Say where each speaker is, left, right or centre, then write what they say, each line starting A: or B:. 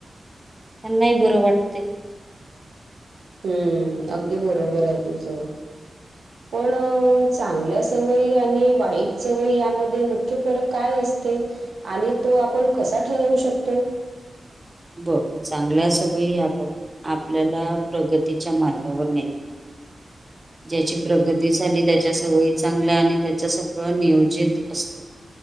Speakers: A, on the right (about 30°); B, on the right (about 80°).
A: त्यांना ही बरं वाटतेय.
B: हम्म, अगदी बरोबर आहे तुझं. पण चांगल्या सवयी आणि वाईट सवयी यामध्ये मुख्य फरक काय असते? आणि तो आपण कसा ठरवू शकतो?
A: बघ. चांगल्या सवयी या बघ आपल्याला प्रगतीच्या मार्गावर न
B: <inaudible>
A: ज्याची प्रगती झाली, त्याच्या सवयी चांगल्या आणि त्याच्या सगळं नियोजित असते.